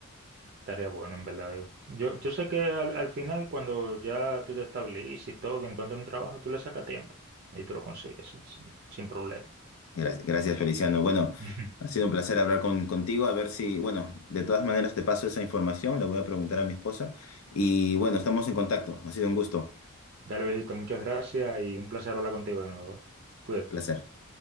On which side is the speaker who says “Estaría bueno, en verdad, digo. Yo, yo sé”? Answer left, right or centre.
Right